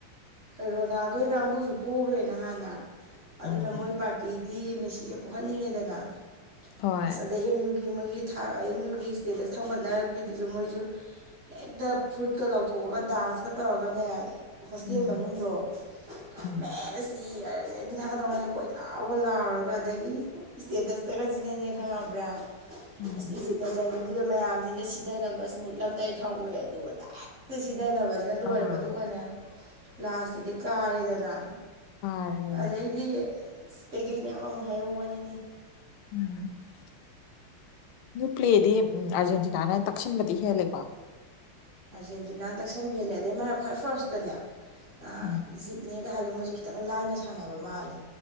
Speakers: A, on the right; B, on the left.
A: ꯔꯣꯅꯥꯜꯗꯣꯏ ꯀꯥꯡꯕꯨꯁꯨ ꯄꯈ꯭ꯔꯦ ꯅꯍꯥꯟꯅ ꯑꯗꯨꯅ
B: ꯎꯝ
A: ꯃꯣꯏ ꯄꯥꯔꯇꯤꯗꯤ ꯃꯦꯁꯤꯁꯦ ꯄꯣꯛꯍꯟꯅꯤꯡꯉꯦꯗꯅ
B: ꯍꯣꯏ
A: ꯑꯁ ꯑꯗꯩ ꯑꯦꯝ ꯌꯨꯒꯤ ꯃꯣꯏꯒꯤ ꯊꯥ ꯑꯦꯝ ꯌꯨꯒꯤ ꯏꯁꯇꯦꯠꯇ ꯊꯝꯒꯠꯅꯔꯛꯄꯤꯗꯨꯁꯨ ꯃꯣꯏꯁꯨ ꯍꯦꯛꯇ ꯐꯨꯔꯤꯠꯀ ꯂꯧꯊꯣꯛꯑꯒ ꯗꯥꯟꯁ ꯇꯧꯔꯒꯅꯦ ꯍꯣꯁꯇꯦꯜ
B: ꯎꯝ
A: ꯃꯅꯨꯡꯗꯣ
B: ꯎꯝ
A: ꯃꯦ ꯁꯤ ꯐꯖꯦꯟ ꯇꯤꯟꯅꯒꯗꯧꯉꯁꯦ ꯀꯣꯏ ꯂꯥꯎꯒ ꯂꯥꯎꯔꯒ ꯑꯗꯒꯤ ꯏꯁꯇꯦꯇꯁꯇꯒ ꯁꯤꯖꯤꯟꯅꯅꯦ ꯈꯪꯉꯕ꯭ꯔꯥ
B: ꯎꯝ
A: ꯑꯁ ꯏꯖꯤꯠ ꯆꯟꯕꯗꯨꯗ ꯃꯌꯥꯝꯁꯤꯅ ꯁꯤꯗꯅꯕ ꯏꯁꯃꯨꯠꯂꯝꯗꯥꯏ ꯊꯥꯎꯉꯣꯏ ꯑꯗꯨꯗꯥꯏꯛꯇ ꯁꯤꯗꯅꯕ ꯁꯤꯅ ꯂꯣꯏꯔꯕ
B: ꯑꯥ
A: ꯑꯗꯨꯒꯅꯦ ꯂꯥꯁꯇꯨꯗꯤ ꯀꯥꯔꯦꯗꯅ
B: ꯐꯔꯦꯅꯦ
A: ꯑꯗꯩꯗꯤ ꯀꯩꯀꯩ ꯃꯌꯥꯝ ꯑꯃꯨꯛ ꯍꯥꯏꯍꯧꯕꯅꯤꯅꯦ
B: <unintelligible> ꯄ꯭ꯂꯦꯗꯤ ꯑꯥꯔꯖꯦꯟꯇꯤꯅꯥꯅ ꯇꯛꯁꯤꯟꯕꯗꯤ ꯍꯦꯜꯂꯦꯀꯣ
A: ꯑꯥꯔꯖꯦꯟꯇꯤꯅꯥ ꯇꯛꯁꯟꯕ ꯍꯦꯜꯂꯦ ꯑꯗꯩ ꯃꯥꯅ ꯈ꯭ꯋꯥꯏ ꯐꯥꯔꯁꯇꯅꯦ ꯑ
B: ꯎꯝ
A: ꯏꯖꯤꯞ ꯅꯦꯒ ꯍꯥꯏꯕꯗꯣ ꯃꯣꯏꯁꯨ ꯈꯤꯇꯪ ꯂꯥꯏꯅ ꯁꯥꯟꯅꯕ ꯃꯥꯜꯂꯦ